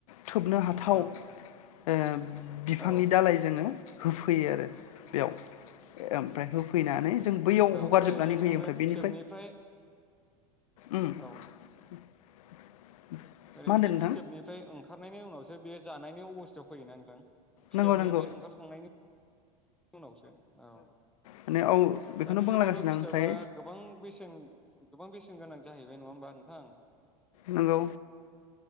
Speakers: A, on the left; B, in the centre.
A: थोबनो हाथाव।
B: औ
A: ओ- बिफांनि
B: औ
A: दालाय जोङो। होफैयो आरो बेयाव। ओमफ्राय होफैनानै जों बैयाव
B: औ
A: हगारजोबनानै
B: ओरैनो नोंथां
A: होयो
B: बे
A: ओमफ्राय बेनिफ्राय।
B: फिथोबनिफ्राय
A: उम
B: औ
A: <inaudible>
B: ओरैनो
A: मा होनदों
B: बे
A: नोंथां
B: फिथोबनिफ्राय ओंखारनायनि उनावसो बे जानायनि अबस्थायाव। फैयोना नोंथां? फिथोबनिफ्राय
A: नंगौ नंगौ
B: ओंखारखांनायनि उनावसो औ।
A: माने औ बेखौनो
B: दानि
A: बुंलांगासिनो
B: जुगावथ'
A: आं
B: फिथोबा
A: ओमफ्राय
B: गोबां बेसेन गोबां बेसेन। बे गोनां जाहैबाय नङा होमबा नोंथां?
A: नंगौ।